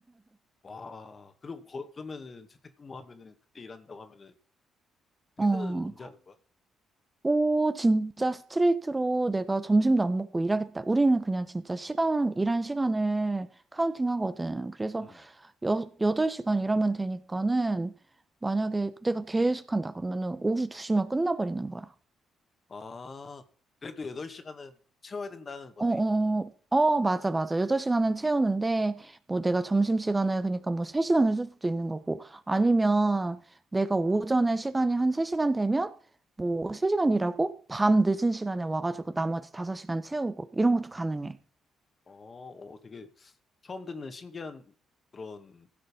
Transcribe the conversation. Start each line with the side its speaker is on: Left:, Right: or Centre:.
Left: 와, 그리고 거- 그러면은 재택근무하면은 그때 일한다고 하면은 퇴근은
Right: 어,
Left: 언제 하는 거야?
Right: 오, 진짜 스트레이트로 내가 점심도 안 먹고 일하겠다. 우리는 그냥 진짜 시간, 일한 시간을 카운팅 하거든. 그래서
Left: 음.
Right: 여, 8시간 일하면 되니까는 만약에 내가 계속 한다 그러면은 오후 2시면 끝나버리는 거야.
Left: 아, 그래도 8시간은 채워야 된다는 거네.
Right: 어, 어, 어, 어, 맞아, 맞아. 8시간은 채우는데 뭐 내가 점심시간을 그러니까 뭐 3시간을 쓸 수도 있는 거고 아니면 내가 오전에 시간이 한 3시간 되면 뭐 3시간 일하고 밤 늦은 시간에 와가지고 나머지 5시간 채우고 이런 것도 가능해.
Left: 어, 어, 되게 처음 듣는 신기한 그런